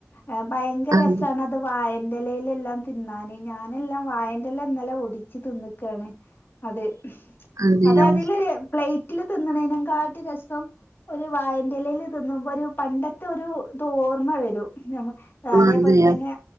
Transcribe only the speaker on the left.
ഏഹ് ഭയങ്കര
രസാണതും വായന്റെ ഇലയിലെല്ലാം തിന്നാന് ഞാനെല്ലാം വായന്റെ ഇല ഇന്നെല ഒടിച്ച് തിന്ന്ക്കാണ് അതെ
അത് അതില് പ്ലേറ്റില് തിന്നണേന് കാട്ടി രസം ഒര് വാഴെന്റെ ഇലയില് തിന്നപ്പോര് പണ്ടത്തൊരു ഓർമ്മ വരും ഞമ അതെപോലത്തന്നെ